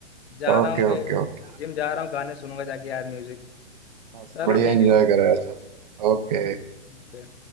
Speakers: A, on the left; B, on the right.
A: जा
B: Okay
A: रहा हूँ अभी
B: okay okay
A: जिम जा रहा हूँ गाने सुनूंगा जाके यार म्यूजिक
B: बस
A: चलो
B: बढ़िया
A: ठीक
B: एंजॉय
A: है
B: कर रहा है चलो ओके
A: Okay.